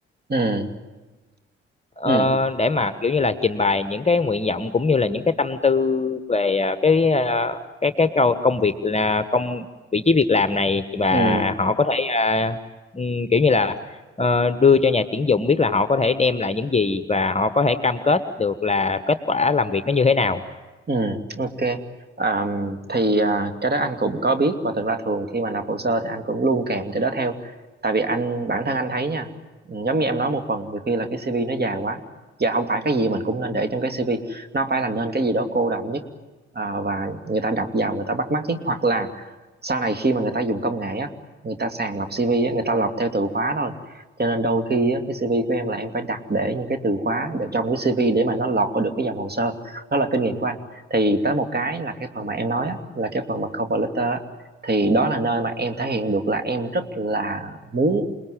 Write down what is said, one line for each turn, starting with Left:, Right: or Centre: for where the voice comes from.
Right: ừ
Left: Ờ,
Right: ừ
Left: để mà kiểu như là trình bày những cái nguyện vọng cũng như là những cái tâm tư về à, cái à, cái cái câu- công việc là công vị trí việc làm này và
Right: ừ
Left: họ có thể à, ừm, kiểu như là ờ, đưa cho nhà tuyển dụng biết là họ có thể đem lại những gì và họ có thể cam kết được là kết quả làm việc nó như thế nào.
Right: Ừ, ok. À, thì à, cái đó anh cũng có biết và thực ra thường khi mà nộp hồ sơ thì anh cũng luôn kèm cái đó theo. Tại vì anh bản thân anh thấy nha, ừ, giống như em nói một phần, nhiều khi là cái CV nó dài quá. Và không phải cái gì mình cũng nên để trong cái CV, nó phải là nên cái gì đó cô đọng nhất à, và người ta đọc vào người ta bắt mắt nhất hoặc là sau này khi mà người ta dùng công nghệ á, người ta sàng lọc CV á, người ta lọc theo từ khóa thôi. Cho nên đôi khi á, cái CV của em là em phải đặt để những cái từ khóa ở trong cái CV để mà nó lọt vào được cái dòng hồ sơ. Đó là kinh nghiệm của anh thì tới một cái là cái phần mà em nói á, là cái phần mà cover letter á, thì đó là nơi mà em thể hiện được là em rất là muốn